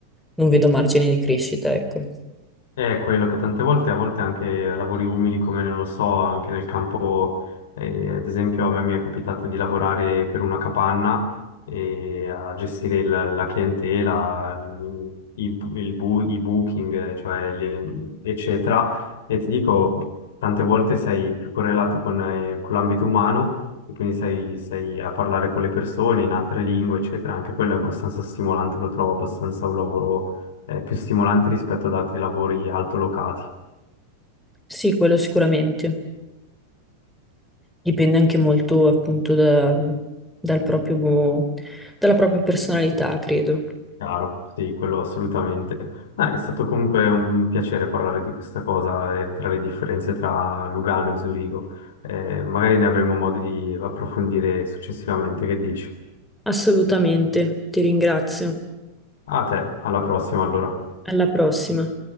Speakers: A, in the centre; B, on the left (about 60°).
A: non vedo margine di crescita, ecco.
B: È quello che tante volte, a volte anche lavori umili come non lo so, anche nel campo, eh, ad esempio a me mi è capitato di lavorare per una capanna e a gestire il- la clientela, il- i, il bu- i booking, eh, cioè, gli- eccetera. E ti dico, tante volte sei più correlato con, eh, con l'ambito umano e quindi sei, sei a parlare con le persone in altre lingue, eccetera. Anche quello è abbastanza stimolante, lo trovo abbastanza un lavoro è più stimolante rispetto ad altri lavori altolocati.
A: Sì, quello sicuramente. Dipende anche molto appunto da- dal proprio, dalla propria personalità, credo.
B: Chiaro, sì, quello assolutamente. Dai, è stato comunque un piacere parlare di questa cosa e tra le differenze tra Lugano e Zurigo. Eh, magari ne avremo modo di approfondire successivamente. Che dici?
A: Assolutamente, ti ringrazio.
B: A te, alla prossima allora.
A: Alla prossima.